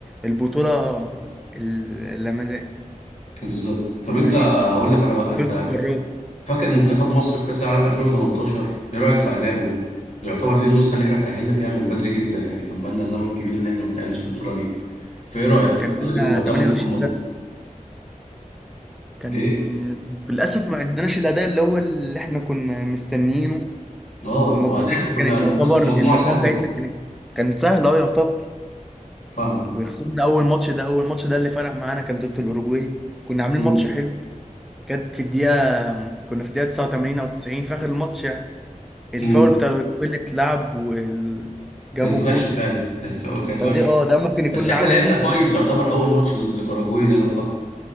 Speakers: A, in the centre; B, on the left.
A: البطوله ال- لما
B: بالظبط طب
A: اسمها
B: انت هقول
A: ايه
B: لك انا بقى انت
A: بطوله القارات
B: شو- فاكر منتخب مصر في كاس العالم 2018 ايه رايك في ادائه يعتبر دي النسخة اللي احنا تأهلنا فيها من بدري جدا يعني كان بقالنا زمن كبير ان احنا ما تأهلناش في البطولة دي فايه رايك
A: مم،
B: في
A: كان
B: البطولة
A: لنا
B: دي واداء
A: 28
B: منتخب مصر
A: سنه كان
B: ايه؟
A: للاسف ما عندناش الاداء اللي هو اللي احنا كنا مستنيينه
B: اه
A: ومجموعتنا
B: وبعدين احنا كنا
A: كانت
B: المفروض
A: يعتبر
B: في مجموعة
A: المجموعه
B: سهلة
A: بتاعتنا كانت كانت سهله اه يعتبر
B: فاهم
A: وخسرنا اول ماتش ده اول ماتش ده اللي فرق معانا كان ضد الاوروجواي كنا عاملين
B: امم
A: ماتش حلو كانت في الدقيقه كنا في الدقيقه 89 او 90 في اخر الماتش يعني الفاول
B: أمم.
A: بتاع اللي اتلعب وجابوا
B: كانت
A: جول
B: وحشة فعلا كانت ف... كانت
A: فدي
B: وحشة
A: اه ده ممكن يكون
B: بس
A: اللي
B: احنا
A: عامل
B: لعبنا
A: نفس
B: كويس
A: اللي.
B: يعتبر اول ماتش ضد الاراجواي ده لو فاكره